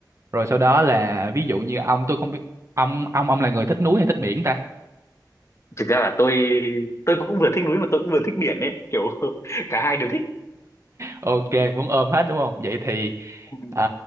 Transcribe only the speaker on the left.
Thực ra là tôi tôi cũng vừa thích núi mà tôi cũng vừa thích biển đấy, kiểu <laughs> cả hai đều thích.
Ừ,